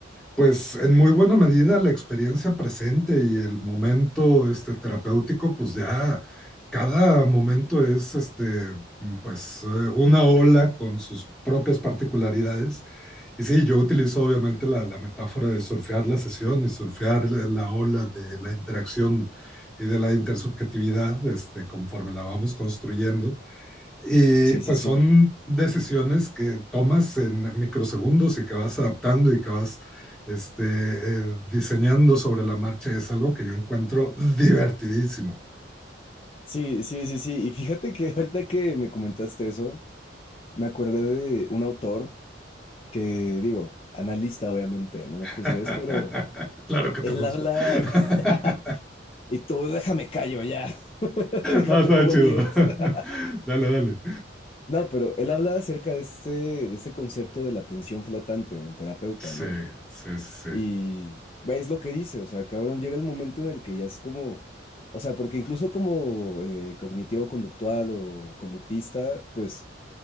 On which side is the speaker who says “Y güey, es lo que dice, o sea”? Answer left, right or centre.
Left